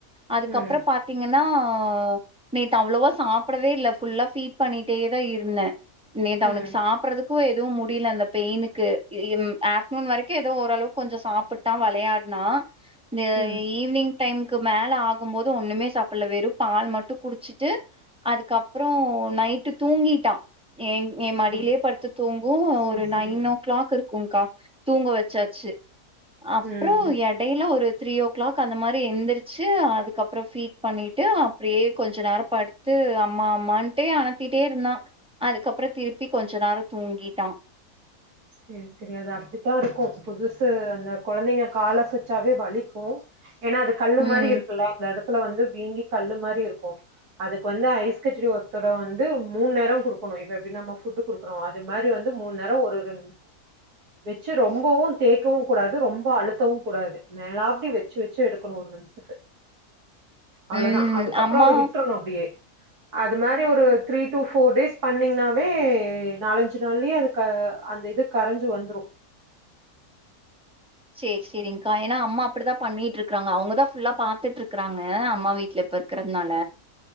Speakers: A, in the centre; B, on the right.
A: அதுக்கப்புறம்
B: ம்
A: பாத்தீங்கன்னா ஆஹ நேத்து அவ்வளவா சாப்புடவே இல்லை ஃபுல்லா ஃபீட் பண்ணிட்டே தான் இருந்தேன் நேத்து
B: ம்
A: அவனுக்கு சாப்பறதுக்கும் எதுவும் முடியல அந்த பெயினுக்கு இம் ஆப் ணுண் வரைக்கும் ஏதோ ஓரளவுக்கு கொஞ்சம் சாப்பிட்டா விளையாடுனா த
B: ம்
A: ஈவ்னிங் டைம் க்கு மேல ஆகும் போது ஒண்ணுமே சாப்பிடல வெறும் பால் மட்டும் குடிச்சுட்டு அதுக்கப்புறம் நைட்டு தூங்கிட்டான் என் என் மடியிலயே
B: ஓ
A: படுத்து தூங்கும்
B: செரி
A: ஒரு
B: செரி
A: நைன் ஓ கிளாக் இருக்கும்க்கா தூங்க வச்சாச்சு அப்புறம்
B: ம்
A: எடையில ஒரு த்ரீ ஓ கிளாக் அந்த மாரி எழுந்திரிச்சு அதுக்கப்புறம் ஃபீட் பண்ணிட்டு அப்படியே கொஞ்ச நேரம் படுத்து அம்மா அம்மான்ட்டே அனத்திட்டே இருந்தான் அதுக்கப்புறம் திருப்பி கொஞ்ச நேரம் தூங்கிட்டான்
B: சரி சரி அது அப்படித்தான் இருக்கும் புதுசு அந்த குழந்தைங்க காலசச்சாவே வலிக்கும் ஏன்னா அது கல்லு
A: ம்
B: மாரி இருக்குல்ல அந்த இடத்து வந்து வீங்கி கல்லு மாரி இருக்கும் அதுக்கு வந்து ஐஸ் கட்டி ஒத்தடம் வந்து மூனுநேரம் குடுக்கணும் இப்ப எப்படினா நம்ம ஃபுட் குடுக்குறோம் அது மாதிரி வந்து மூண நேரம் ஒரு ஒரு வச்சு ரொம்பவும் தேக்கவும் கூடாது ரொம்ப அழுத்தவும் கூடாது மேலா படி வச்சு-வச்சு எடுக்கணும் ஒரு நிமிஷத்துக்கு அவ்ளவுதான்
A: ம்
B: அதுக்கப்பறம்
A: அம்மா
B: அத வி்ட்ரணும் அப்டியே அது மாதிரி ஒரு த்ரீ டூ போர் டேஸ் பண்ணீங்னாவே நாலஞ்சு நாள்லயே அது அந்த இது கரைஞ்சு வந்துரும்
A: செரி-செரி்கா ஏனா அம்மா அப்டிதான் பண்ணிட்டு இருக்காங்க அவுங்கதான் புல்லா பாத் துட்டு இருக்குறாங்க அம்மா வீட் இந்த இப்ப இருக்குறதுனால